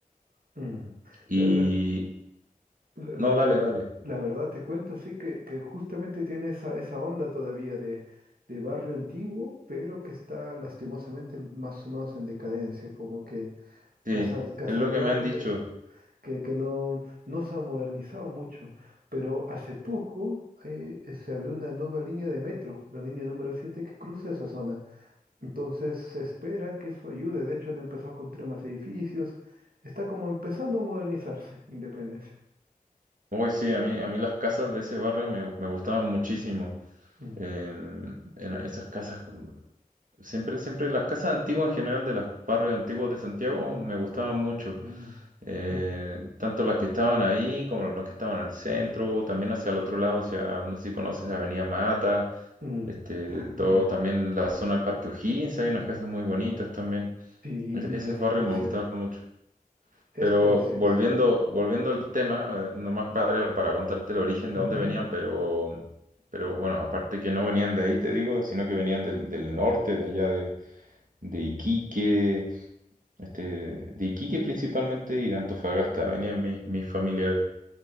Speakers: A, on the right; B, on the right.
A: mm.
B: Y
A: La, la- la- la-
B: no, dale,
A: la ver-
B: dale.
A: la verdad te cuento, sí, que, que justamente tiene esa, esa onda todavía de, de barrio antiguo, pero que está lastimosamente más o menos en decadencia, como que
B: Sí,
A: casas, casas
B: es lo
A: grandes.
B: que me han dicho.
A: que, que no, no se ha modernizado mucho. Pero hace poco eh, eh, se abrió una nueva línea de metro, la línea número 7 que cruza esa zona. Entonces se espera que eso ayude. De hecho, han empezado a construir más edificios. Está como empezando a modernizarse, Independencia.
B: Hoy sí, a mí, a mí las casas de ese barrio me, me gustaban muchísimo.
A: Mm,
B: Em, era- esas casas, con- siempre, siempre, las casas antiguas en general de los barrios antiguos de Santiago me gustaban mucho.
A: mm,
B: Eh,
A: mm,
B: tanto las que estaban ahí como las que estaban en el centro, también hacia el otro lado, hacia, no sé si conoces Avenida Mata,
A: mm, mm.
B: este,
A: También.
B: todo, también la zona del Parque O'Higgins, hay unas
A: mm.
B: casas muy bonitas también.
A: Sí,
B: Ese, ese
A: es
B: barrio
A: precioso.
B: me gustaba mucho.
A: Es
B: Pero
A: precioso.
B: volviendo, volviendo
A: Mm,
B: al tema, eh, nomás para,
A: mm,
B: para contarte el origen de
A: <laughs> ujujú,
B: dónde venían, pero, pero bueno, aparte que no venían de ahí, te digo, sino que venían del, del norte, de allá de, de Iquique,
A: mm.
B: este, de Iquique principalmente y de Antofagasta, venían mis, mis familiares.